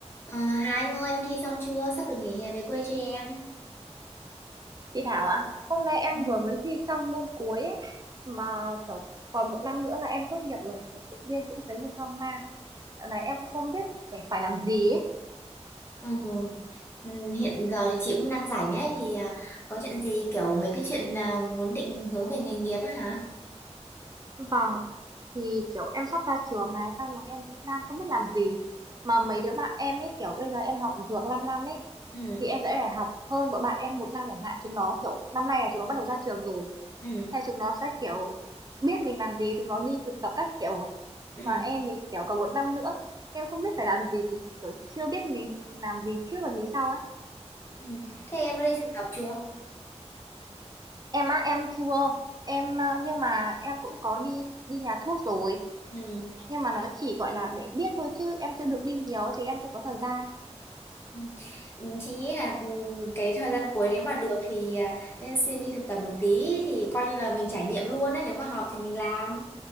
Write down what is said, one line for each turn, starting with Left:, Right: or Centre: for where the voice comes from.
Left: Ờ, Hà Anh ơi em thi xong chưa? Sắp được nghỉ hè về quê cho em.
Right: Chị Thảo ạ, hôm nay em
Left: Ừ.
Right: vừa mới thi xong môn cuối ấy, mà kiểu còn một năm nữa là em tốt nghiệp rồi, kiểu tự nhiên cũng thấy hơi hoang mang. Dạo này em cũng không biết phải phải làm gì ấy.
Left: Ừ. Ừ, Hiện giờ thì chị cũng đang rảnh ấy thì à, có chuyện gì kiểu mấy cái chuyện à, muốn định hướng về nghề nghiệp á hả?
Right: Vâng, thì kiểu em sắp ra trường này, xong rồi em vẫn đang không biết làm gì. Mà mấy đứa bạn em ấy kiểu bây giờ em học dược 5 năm ấy,
Left: Ừ,
Right: thì em sẽ phải học hơn bọn bạn em một năm chẳng hạn. Chúng nó kiểu năm nay là chúng nó bắt đầu ra trường rồi,
Left: ừ,
Right: theo chúng nó sẽ kiểu biết mình làm gì, chúng nó đi thực tập các kiểu.
Left: ừ,
Right: mà em thì kiểu còn một năm nữa em không biết phải làm gì kiểu chưa biết mình làm gì trước và gì sau ấy
Left: ừ. Thế em đã đi thực tập chưa?
Right: em á em chưa em à, nhưng mà em cũng có đi đi nhà thuốc rồi
Left: Ừ.
Right: nhưng mà nó chỉ gọi là để biết thôi chứ em chưa được đi nhiều ấy, vì em chưa có thời gian
Left: ừ. Ừ, Chị nghĩ là ừ, cái thời gian cuối nếu mà được thì à, nên xin đi thực tập một tí thì coi như là mình trải nghiệm luôn ấy nếu mà hợp thì mình làm.